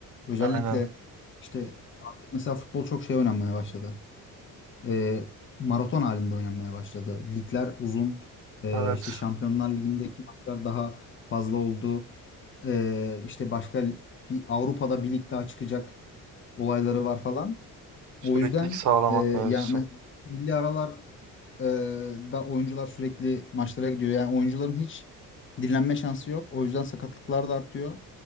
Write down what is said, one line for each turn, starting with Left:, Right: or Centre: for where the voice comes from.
Left: Özellikle
Right: Aynen.
Left: işte artık mesela futbol çok şey oynanmaya başladı. e, maraton halinde oynanmaya başladı. Ligler uzun. E,
Right: Evet.
Left: işte Şampiyonlar Ligi'ndeki maçlar daha fazla oldu. E, işte başka bir Avrupa'da bir lig daha çıkacak olayları var falan.
Right: Süreklilik
Left: O yüzden
Right: sağlamak
Left: e, ya
Right: mevzusu.
Left: me- milli aralar e, da oyuncular sürekli maçlara gidiyor. Yani oyuncuların hiç dinlenme şansı yok. O yüzden sakatlıklar da artıyor.